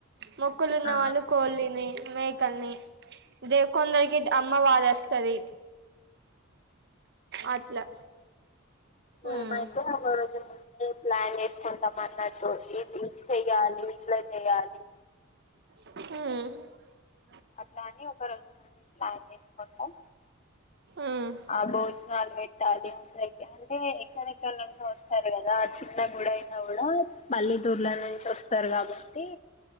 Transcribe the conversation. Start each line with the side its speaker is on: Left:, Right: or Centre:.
Right: మొక్కులు ఉన్న
Left: ఆ
Right: వాళ్ళు కోళ్ళని మేకల్ని ఇదే కొందరికి అమ్మవారు వస్తది అట్లా
Left: మేమయితే
Right: ఉమ్
Left: ఒకరోజు ముందు ప్లాన్ చేస్కుంటం అన్నట్టు ఇది ఇచ్చయ్ చేయాలి ఇట్లా చేయాలి.
Right: హుమ్
Left: అట్లా అని ఒక రోజు ప్లాన్ చేసుకుంటాం.
Right: ఉమ్
Left: ఆ భోజనాలు పెట్టాలి అంత అంటే ఎక్కడెక్కడనుంచో వస్తారు కదా చిన్న గుడ అయినా కూడా పల్లటూర్ల నుంచి వస్తారు కాబట్టి